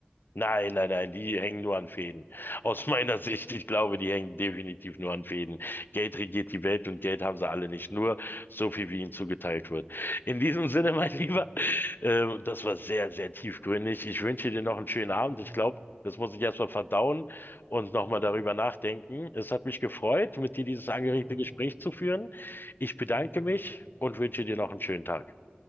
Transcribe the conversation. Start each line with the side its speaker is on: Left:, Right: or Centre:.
Left: Nein, nein, nein, die hängen nur an Fäden. Aus <laughs> meiner
Centre: Ja.
Left: Sicht, ich glaube, die hängen definitiv nur an Fäden. Geld regiert die Welt und Geld haben sie alle nicht. Nur so viel, wie ihnen zugeteilt wird. In diesem Sinne, <laughs> mein
Centre: Genau.
Left: Lieber, äh, das war sehr, sehr tiefgründig. Ich wünsche dir noch einen schönen Abend.
Centre: Total.
Left: Ich glaube, das muss ich erstmal verdauen und
Centre: <laughs>
Left: nochmal darüber nachdenken. Es hat mich gefreut, mit dir dieses angeregte
Centre: Jo,
Left: Gespräch zu führen. Ich
Centre: ich
Left: bedanke
Centre: ebenfalls.
Left: mich und wünsche dir noch einen schönen Tag.